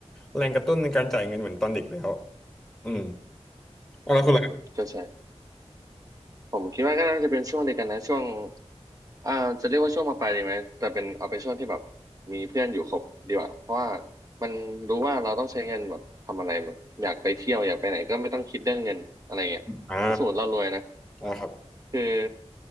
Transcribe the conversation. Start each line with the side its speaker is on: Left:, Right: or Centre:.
Centre: แรงกระตุ้นในการจ่ายเงินเหมือนตอนเด็กแล้ว อืมเอาแล้วคุณล่ะ
Right: อืมก็ใช่ผมคิดว่าก็น่าจะเป็นช่วงเดียวกันนะช่วงอ่าจะเรียกว่าช่วงมปลายดีไหมแต่เป็นเอาเป็นช่วงที่แบบมีเพื่อนอยู่ครบดีกว่าเพราะว่ามันรู้ว่าเราต้องใช้เงินแบบทำอะไรแบบอยากไปเที่ยวอยากไปไหนก็ไม่ต้องคิดเรื่องเงินอะไรเงี้ยถ้าสมมติเรารวยนะ
Centre: อ่าอ่าครับ
Right: คือ